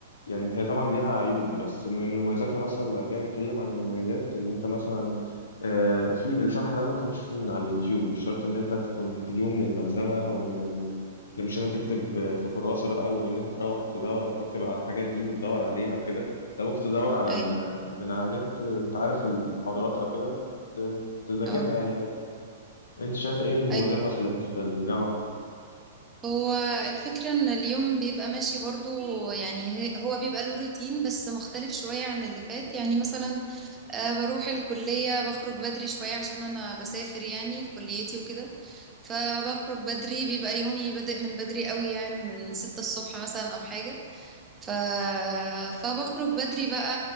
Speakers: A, on the left (about 80°); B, on the right (about 20°).
A: يعني هي طبعا ليها عيوب بس من مميزاتها مثلا لو جينا نتكلم عن المميزات ان انت مثلا آه، في الشرح ده ممكن تشوفه من على اليوتيوب مش شرط ان انت تكون تجيبه من الملزمة او من ال... لا مش لازم تكتب في كراسة بقى وان انت تروح تدور تكتب على الحاجات دي وتدور عليها وكده ده ممكن تدور على
B: ايوه
A: ال... من على النت انت عارف المحاضرات او كده ت- تذاكرها
B: اه
A: يعني عادي انت شايف ايه المميزات
B: ايوه
A: مثلا اللي كانت في الجامعة
B: هو الفكرة ان اليوم بيبقى ماشي برضو يعني هي- هو بيبقى له روتين بس مختلف شوية عن اللي فات يعني مثلا آه، بروح الكلية بخرج بدري شوية عشان انا بسافر يعني لكليتي وكده فبخرج بدري بيبقى يومي بادئ من بدري قوي يعني من ستة الصبح مثلا او حاجة ف... فبخرج بدري بقى